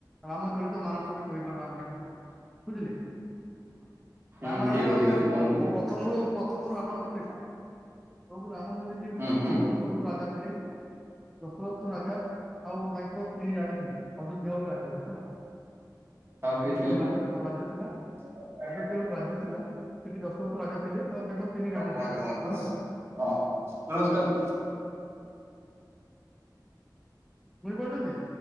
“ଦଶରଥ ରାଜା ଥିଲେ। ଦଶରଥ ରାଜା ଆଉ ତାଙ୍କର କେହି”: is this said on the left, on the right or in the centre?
Centre